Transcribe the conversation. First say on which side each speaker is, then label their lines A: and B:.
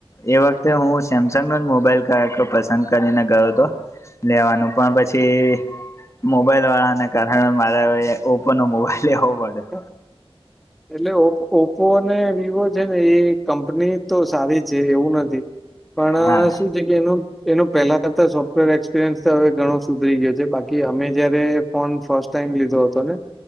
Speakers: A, on the left (about 30°); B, in the centre.
A: એ વખતે હું સેમસંગ નો જ મોબાઈલ ક પસંદ કરીને ગયો હતો. લેવાનું પણ પછી. મોબાઈલ વાળાને, કારણે મારે ઓપો નો, મોબાઈલ લેવો પડે.
B: <unintelligible> એટલે ઓપ ઓપ્પો અને વિવો છે ને, એ કંપની તો સારી છે, એવું નથી. પણ
A: હા
B: શું છે? એ પેલા તો સોફ્ટવેર એક્સપિરિયન્સ તો, હવે ઘણો સુધરી ગયો છે, બાકી અમે જયારે ફોન ફર્સ્ટ ટમ લીધો હતો ને,